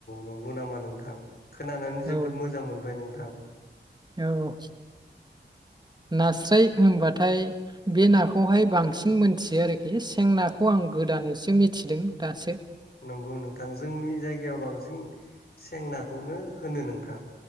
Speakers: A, on the left; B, on the right.
A: नंगौ नामा नोंथां खोनानानै जोबोद
B: औ
A: मोजां मोनबाय नों थां।
B: औ नास्राय होनबाथाय बे नाखौहाय बांसिन मोनथियो आरोखि सें नाखौ आं गोदानैसो मिथिदों दासो।
A: नंगौ नोंथां जोंनि जायगायाव बांसिन सें नाखौनो होनो नोंथां।